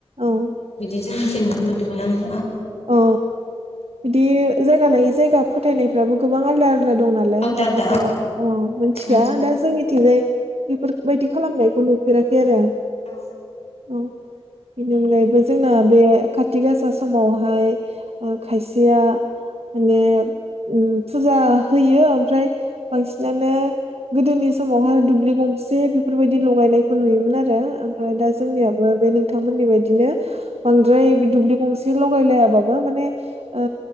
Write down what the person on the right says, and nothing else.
औ
औ बिदि जायगा लायै जायगा फोथायनायफ्राबो गोबां आलदा दं नालाय
बेखौथ'
ओ मोनथिया
दा जोंनि थिंजाय बेफोरबायदि खालामनायखौ नुफेराखै आरो आं
औ बेनि अनगायैबो जोंना बे खाथि गासा समाव हाय खायसेया माने ओम फुजा होयो ओमफ्राय बांसिनानो गोदोनि समावहाय दुब्लि गंसे बेफोरबायदि लगायनायखौ नुयोमोन आरो ओमफ्राय दा जोंनियाबो बे नोंथांमोननि बायदिनो बांद्राय दुब्लि गंसे लगाय लायाबाबो माने ओ